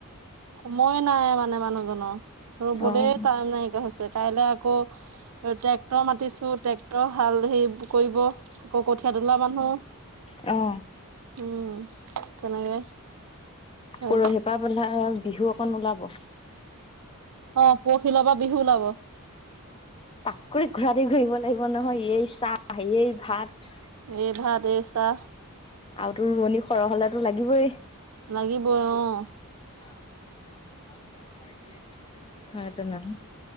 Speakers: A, on the right (about 80°); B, on the left (about 25°).
A: সময় নাই মানে মানুহজনৰ। ৰবলেই
B: অ',
A: টাইম নাইকিয়া হৈছে, কাইলে আকৌ। ট্ৰেক্টৰৰ মাতিছো, ট্ৰেক্টৰ হাল হেৰি কৰিব, আকৌ কঠীয়া তোলা মানুহ-
B: অহ।
A: উম, তেনেকে হ।
B: পৰহি শিপা বন্ধা বিহু অকণ ওলাব।
A: অহ' পৰহি পৰা বিহু ওলাব।
B: টাকুৰি ঘূৰা দি ঘূৰিব লাগিব নহয়, এই চাহ, এই ভাত।
A: এই ভাত, এই চাহ।
B: আৰু তোৰ ৰোৱনী সৰহ হ'লোতো লাগিবই।
A: লাগিবই অ'।
B: আৰু এজন মানুহ